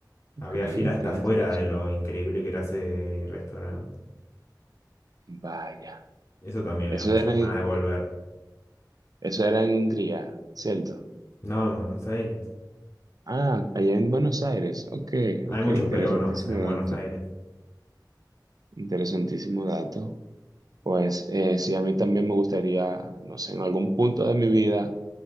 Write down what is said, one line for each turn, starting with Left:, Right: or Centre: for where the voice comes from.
Right: ok,
Left: Había fila hasta
Right: ok, interesante.
Left: afuera de lo increíble que era ese restaurante.
Right: Vaya.
Left: Eso también
Right: Eso
Left: me da muchas
Right: era,
Left: ganas
Right: en-
Left: de volver.
Right: eso era en Hungría, ¿cierto?
Left: No, en Buenos Aires.
Right: Ah, allá en Buenos Aires. Ok,
Left: Hay
Right: ok,
Left: muchos
Right: interesantísimo
Left: peruanos en Buenos
Right: dato.
Left: Aires.
Right: Interesantísimo dato. Pues eh, sí, a mí también me gustaría, no sé, en algún punto de mi vida.